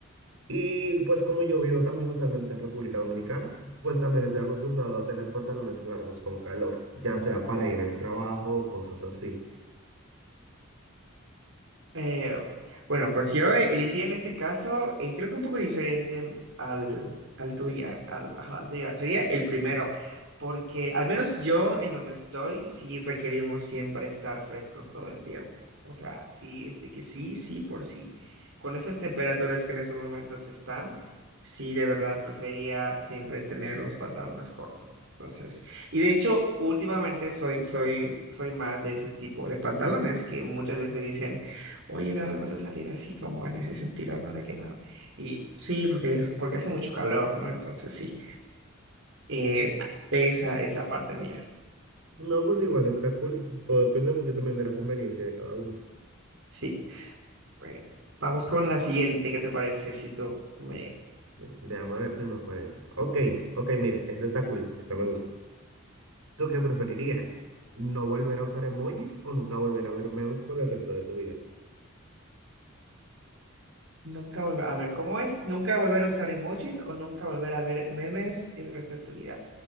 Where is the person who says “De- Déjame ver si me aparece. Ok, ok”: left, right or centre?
Right